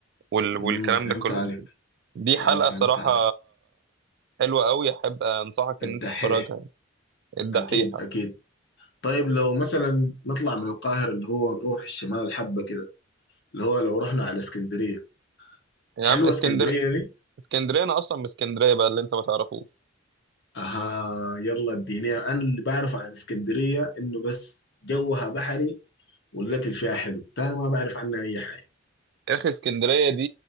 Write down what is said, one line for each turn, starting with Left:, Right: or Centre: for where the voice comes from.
Right: وال- والكلام
Left: امم فهمت
Right: ده كله
Left: عليك
Right: دي, دي
Left: اه
Right: حلقه
Left: فهمت
Right: صراحه
Left: عليك
Right: حلوه قوي احب انصحك ان
Left: الدحيح
Right: انت تتفرجها الدحيح
Left: اكيد اكيد طيب لو مثلا نطلع من القاهرة اللي هو نروح الشمال حبة كده اللي هو لو رحنا على اسكندرية
Right: يا
Left: حلوة
Right: عم اسكندر
Left: اسكندرية دي
Right: اسكندريه انا اصلا من اسكندريه بقى اللي انت ما تعرفوش
Left: اها يلا اديني انا اللي بعرف عن اسكندرية انه بس جوها بحري والاكل فيها حلو تاني ما بعرف عنها اي حاجة
Right: يا اخي اسكندريه دي